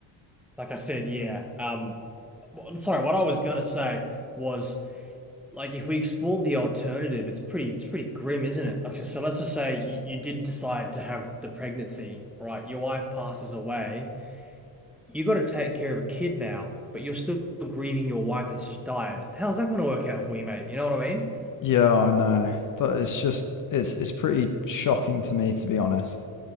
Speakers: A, in the centre; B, on the left.
A: like I said, yeah. Um w- sorry, what I was gonna say was like if we explored the alternative, it's pretty it's pretty grim, isn't it? Like so let's just say you, you did decide to have the pregnancy, right? Your wife passes away. you got to take care of a kid now, but you're still grieving your wife that's just died. How's that going to work out for you, mate? You know what I mean?
B: Yeah, I know. That it's just it's it's pretty shocking to me to be honest.